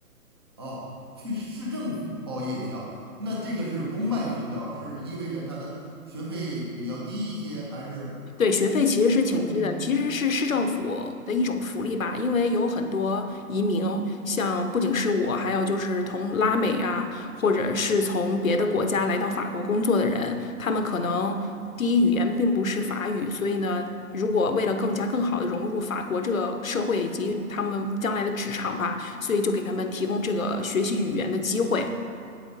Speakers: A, on the right (about 15°); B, on the left (about 60°).
A: 哦，去市政府报夜校，那这个是公办学校，是意味着它的学费比较低一些，还是
B: 对，学费其实是挺低的，
A: 大些？
B: 其实是市政府的一种福利吧，因为有很多移民，像不仅是我，还有就是从拉美啊，或者是从别的国家来到法国工作的人，他们可能第一语言并不是法语，所以呢，如果为了更加更好的融入法国这个社会以及他们将来的职场吧，所以就给他们提供这个学习语言的机会。